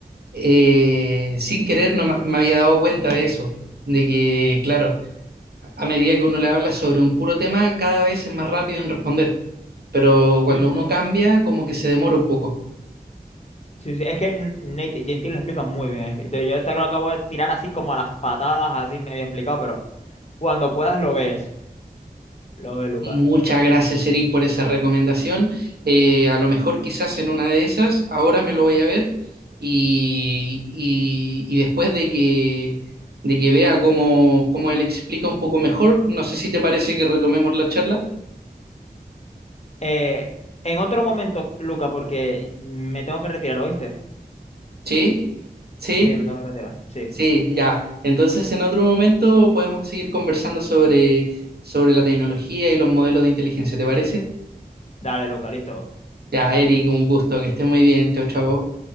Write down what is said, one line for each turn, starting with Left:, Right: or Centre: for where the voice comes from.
Right: eh, sin querer no ma- me había dado cuenta de eso, de que, claro, a medida que uno le habla sobre un puro tema, cada vez es más rápido en responder, pero cuando
Left: Sí, sí.
Right: uno cambia, como que se demora un poco.
Left: Sí, sí, es que N- Nate Gentil lo explica muy bien. es que yo yo te lo acabo de tirar así como a las patadas, así medio explicado, pero cuando puedas lo ves. Lo ves, Luca.
Right: Muchas gracias, Eric, por esa recomendación. Eh, a lo mejor quizás en una de esas, ahora me lo voy a ver y, y- y después de que, de que vea cómo, cómo él explica un poco mejor, no sé si te parece que retomemos la charla.
Left: Eh, en otro momento, Luca, porque me tengo que retirar, ¿oíste?
Right: ¿Sí? ¿Sí?
Left: Sí, me tengo que retirar. Sí.
Right: Sí, ya. Entonces, en otro momento podemos seguir conversando sobre, sobre la tecnología y los modelos de inteligencia, ¿te parece?
Left: Dale, Luca, listo.
Right: Ya, Eric, un gusto, que estés muy bien. Chao, chao.